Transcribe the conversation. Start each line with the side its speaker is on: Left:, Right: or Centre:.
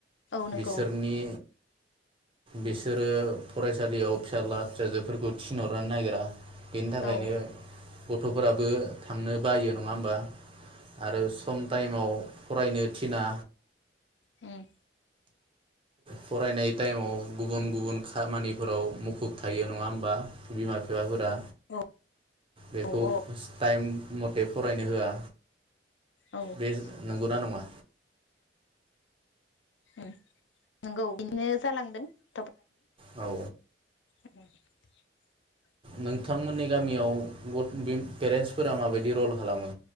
Left: औ नंगौ
Right: बिसोरनि बिसोरो फरायसालियाव फिसाला फिसाजो फोरखौ थिनहरनो नागिरा बेनि थाखायनो
Left: औ ओ
Right: गथफोराबो थांनो बायो नङा, होमबा? आरो सम टाइमाव फरायनो थिना
Left: ओम।
Right: फरायनाय टाइमाव गुबुन गुबुन खामानि फोराव मुखुब थायो नङा होमबा बिमा बिफ बिफाफोरा
Left: औ औ
Right: बेखौ
Left: औ
Right: टाइम मथे फरायनो होआ।
Left: औ उम
Right: बे नंगौना नङा?
Left: ओम नंगौ बिदिनो जालांदों <unintelligible>
Right: औ
Left: <unintelligible>
Right: नोंथांमोननि गामियाव गथ बे पेरेन्टसफोरा माबायदि रल खालामो